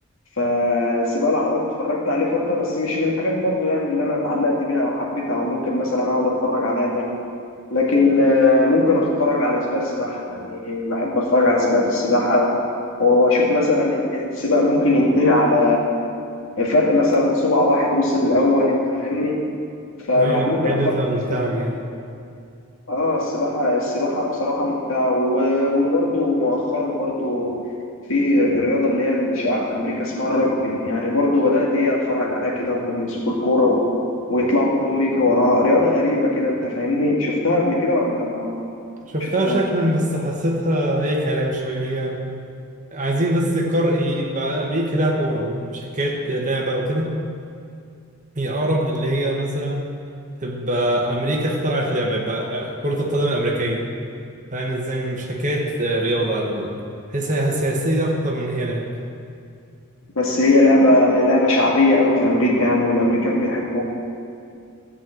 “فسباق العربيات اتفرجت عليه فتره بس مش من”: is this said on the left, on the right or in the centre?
Left